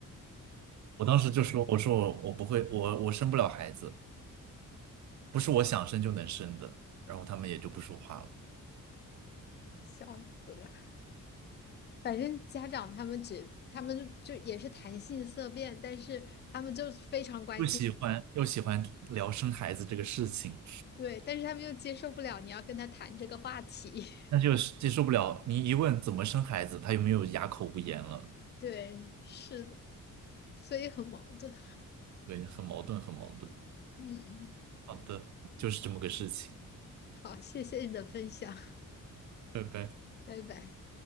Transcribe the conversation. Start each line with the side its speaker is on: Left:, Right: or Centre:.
Right: 我当时就说，我说我我不会，我我生不了孩子，不是我想生就能生的。然后他们也就不说话了，
Left: <laughs> 笑死了。反正家长他们只他们就也是谈性色变，但是他们就非常关心。
Right: 又喜欢又喜欢聊生孩子这个事情，
Left: 对，但是他们又接受不了你要跟他谈这个话题。
Right: 但是又接受不了你一问怎么生孩子，他又没有哑口无言了，
Left: <laughs> 对，是的，所以很矛盾。
Right: 对，很矛盾，很矛盾。
Left: 嗯，
Right: 好的，就是这么个事情，
Left: 好，谢谢你的分享，
Right: 拜拜。
Left: 拜拜。